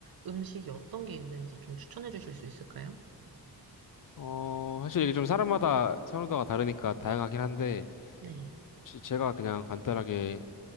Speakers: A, on the right; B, on the left.
A: 음식이 어떤 게 있는지 좀 추천해 주실 수 있을까요?
B: 어, 사실 이게 좀 사람마다 선호도가 다르니까 다양하긴 한데,
A: 네.
B: 지- 제가 그냥 간단하게